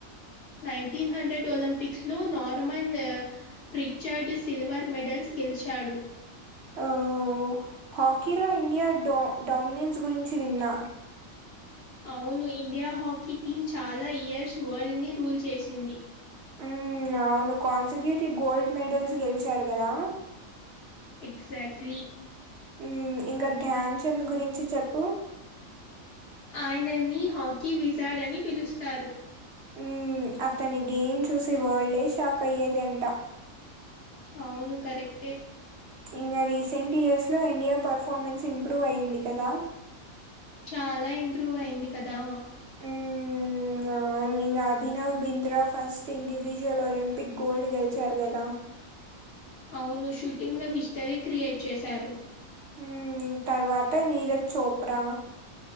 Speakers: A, on the left; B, on the right.
A: నైన్టీన్ హండ్రెడ్ ఒలింపిక్స్ లో నార్మన్ ప్రిచర్డ్ సిల్వర్ మెడల్స్ గెలిచాడు
B: ఆహ హాకీలో ఇండియాడ డోమినెన్స్ గురించి విన్నా
A: అవును ఇండియా హాకీ టీం చాలా ఇయర్స్ వల్డ్ని రూల్ చేసింది
B: ఉమ్ అవును కాన్సక్యూటివ్ గోల్డ్ మెడల్స్ గెలిచారు కదా
A: ఎక్జాక్ట్లీ
B: ఉమ్ ఇంకా ధ్యాన్చంద్ గురించి చెప్పు
A: ఆయనని హాకీ విజాడ్ అని పిలుస్తారు
B: ఉమ్ అతని గేమ్ చూసి వరల్డే షాక్ అయ్యేది అంట
A: అవును కరెక్టే
B: ఇంకా రీసెంట్ ఇయర్స్లో ఇండియా పర్ఫార్మెన్స్ ఇంప్రూవ్ అయ్యింది కదా
A: చాలా ఇంప్రూవ్ అయింది కదా
B: ఉమ్ అవున్ ఇంకా Abhinav Bindra first individual Olympic gold గెలిచారు కదా
A: అవును షూటింగ్ లో హిస్టరీ క్రియేట్ చేశారు
B: ఉ తర్వాత నీరజ్ చోప్రా